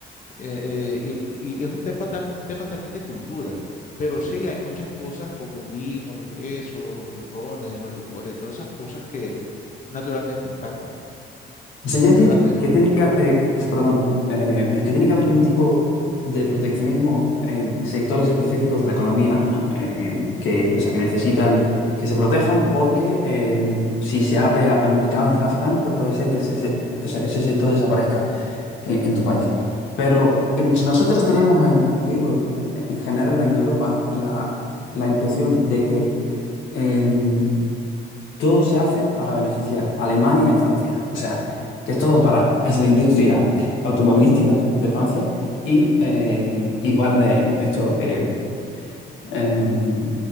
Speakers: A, on the left (about 40°); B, on the left (about 80°).
A: eh, eh, y, y es un tepa tam- tema, también de cultura, pero sí hay muchas cosas como el vino, los quesos, los rones, los licores, todas esas cosas que naturalmente impactan,
B: O sea, yo entiendo
A: ¿verdad? Pe-
B: que tiene que, eh, perdón, eh, es que tiene que haber algún tipo de proteccionismo en sectores específicos de la economía eh, que, o sea, que necesitan que se protejan porque eh, si se abre a- al mercado internacional, pues puede ser que ese, se- o sea, que ese sector desaparezca en, en tu país. Pero en- si nosotros tenemos, en, digo, en general en Europa la, la impresión de que em, todo se hace para beneficiar a Alemania y a Francia. O sea, que es todo para es la industria automovilística de Francia y eh,
A: Sí,
B: igual de esto de em,